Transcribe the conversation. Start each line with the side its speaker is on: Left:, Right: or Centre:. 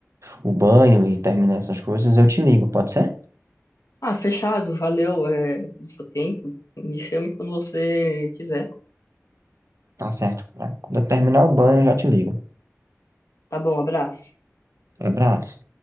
Right: o banho e terminar essas coisas, eu te ligo, pode ser?
Left: Ah, fechado, valeu, é, pelo seu tempo. Me chame quando você quiser.
Right: Tá certo, cara. Quando eu terminar o banho, eu já te ligo.
Left: Tá bom, abraço.
Right: Abraço.